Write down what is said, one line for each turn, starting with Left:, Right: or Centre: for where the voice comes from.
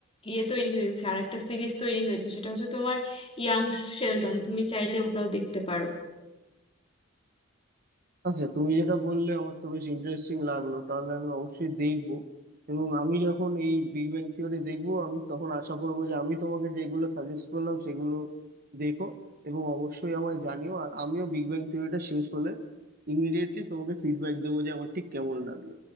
Left: ইয়ে তৈরি হয়েছে আর একটা সিরিজ তৈরি হয়েছে সেটা হচ্ছে তোমার ইয়াং শেলডন তুমি চাইলে ওটাও দেখতে পারো
Right: আচ্ছা তুমি যেটা বললে আমার তো বেশ ইন্টারেস্টিং লাগলো তাহলে আমি অবশ্যই দেখবো এবং আমি যখন এই বিগ ব্যাং থিওরি দেখবো আমি তখন আশা করবো যে আমি তোমাকে যেগুলো সাজেস্ট করলাম সেগুলো দেখো এবং অবশ্যই আমায় জানিও আর আমিও বিগ ব্যাং থিওরিটা শেষ হলে ইমিডিয়েটলি তোমাকে ফিডব্যাক দেবো যে আমার ঠিক কেমন লাগলো